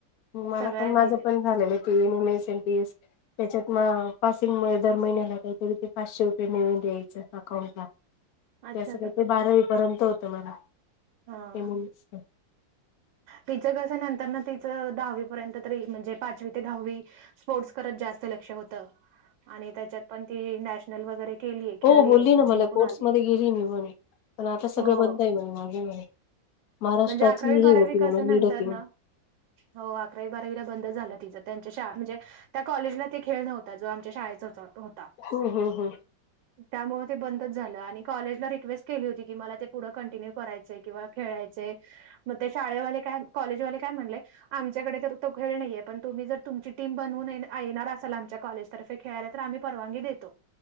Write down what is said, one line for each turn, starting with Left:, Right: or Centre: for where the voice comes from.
Left: मला
Right: सगळ्या
Left: पण माझं
Right: दिल्या
Left: पण झालेलं ते M M S MP S त्याच्यात म पासिंग मुळ दर महिन्याला काही तरी ते पाचशे रुपये नेऊन द्यायचं अकाउंटला.
Right: <inaudible>
Left: ते अस काही
Right: तसं
Left: ते
Right: पण
Left: बारावी
Right: आहे
Left: पर्यंत होतं मला.
Right: हा.
Left: एन एम एस च.
Right: तिचं कस नंतरन तिचं दहावीपर्यंत तरी म्हणजे पाचवी ते दहावी -- स्पोर्टस करत जास्त लक्ष होत आणि त्याच्यात पण ती नॅशनल वगैरे केलीय खेळलीय
Left: हो बोलली ना
Right: जिंकून
Left: मला स्पोर्ट्स
Right: आलीय
Left: मध्ये गेली मी म्हणे. पण आता सगळं
Right: हो
Left: बंद आहे म्हणे. माझ <unintelligible> म्हणे. महाराष्ट्राची
Right: म्हणजे अकरावी,
Left: हे
Right: बारावी
Left: होती
Right: कस
Left: म्हणे
Right: नंतरन-
Left: लीड होती म्हणे
Right: - हो. अकरावी, बारावीला बंद झालं तिचं. त्यांच्या शाळा म्हणजे त्या कॉलेजला ते खेळ नव्ह -- <unintelligible> जो आमच्या शाळेचा होता तो होता.
Left: हम्म हम्म हम्म
Right: त्यामुळे ते बंदच झालं आणि कॉलेजला रिक्वेस्ट केली होती की मला ते पुढं कंटिन्यू करायचं. किंवा खेळायचे. मग ते शाळेवाले काय कॉलेजवाले काय म्हणले आमच्याकडे तर तो खेळ नाहीये पण तुम्ही जर तुमची टीम बनवून येणार असाल आमच्या कॉलेज तर ते खेळायला तर आम्ही परवानगी देतो.